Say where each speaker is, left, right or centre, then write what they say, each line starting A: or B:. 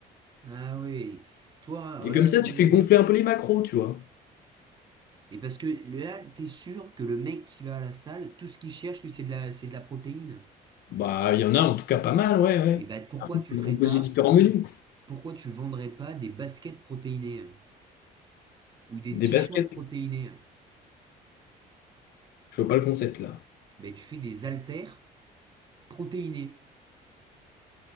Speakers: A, on the right; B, on the left.
A: Ah oui, toi,
B: Et
A: ouais,
B: comme ça,
A: ouais,
B: tu
A: oui.
B: fais gonfler un peu les macros, tu vois.
A: Et parce que là, t'es sûr que le mec qui va à la salle, tout ce qu'il cherche, lui, c'est de la, c'est de la protéine.
B: Bah, il y en a en tout cas pas mal, ouais, ouais.
A: Et bah pourquoi
B: Après,
A: tu
B: tu peux
A: ferais
B: Proposer
A: pas,
B: différents menus.
A: pourquoi tu vendrais pas des baskets protéinées hein, ou des
B: Des
A: t-shirts
B: baskets,
A: protéinés? hein
B: je vois pas le concept là.
A: Bah tu fais des haltères protéinés.